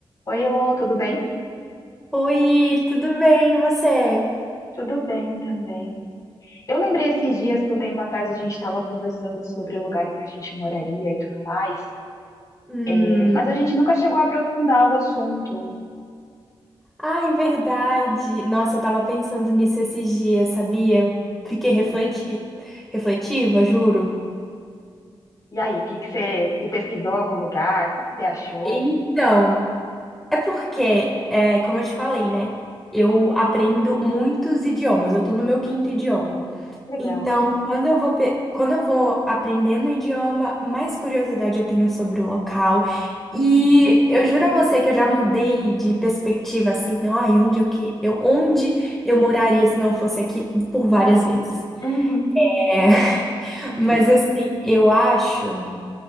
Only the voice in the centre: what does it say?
Oi, tudo bem, e você?
Hum,
ai, verdade. Nossa, eu tava pensando nisso esses dias, sabia? Fiquei refleti...
refletiva, juro.
Então, é porque, é, como eu te falei, né? Eu aprendo muitos idiomas, eu tô no meu quinto idioma.
Então, quando eu vou, pe- quando eu vou aprendendo o idioma, mais curiosidade eu tenho sobre o local.
E eu juro a você que eu já mudei de perspectiva assim, ai, onde eu que eu onde eu moraria se não fosse aqui por várias vezes.
É, <laughs>
mas assim, eu acho